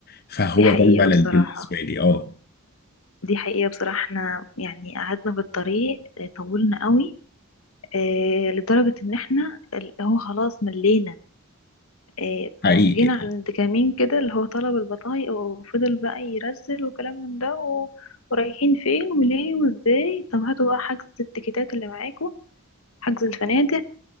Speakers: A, on the left; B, on the left.
A: فهو
B: دي حقيقة
A: ده الملل
B: بصراحة
A: بالنسبه لي اه
B: دي حقيقة بصراحة احنا يعني قعدنا في الطريق اه، طولنا قوي اه لدرجة ان احنا اللي هو خلاص ملينا اه
A: حقيقي
B: جينا
A: يعني.
B: عند كمين كده اللي هو طلب البطايق وفضل بقى يرسل وكلام من ده و... ورايحين فين وليه وازاي طب هاتوا بقى حجز التيكيتات اللي معاكم حجز الفنادق